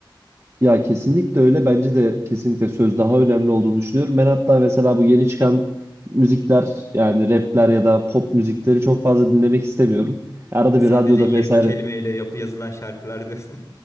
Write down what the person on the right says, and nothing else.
Ya kesinlikle öyle. Bence de kesinlikle söz daha önemli olduğunu düşünüyorum. Ben hatta mesela bu yeni çıkan müzikler yani rapler ya da pop müzikleri çok fazla dinlemek istemiyorum. Arada
bir radyoda
vesaire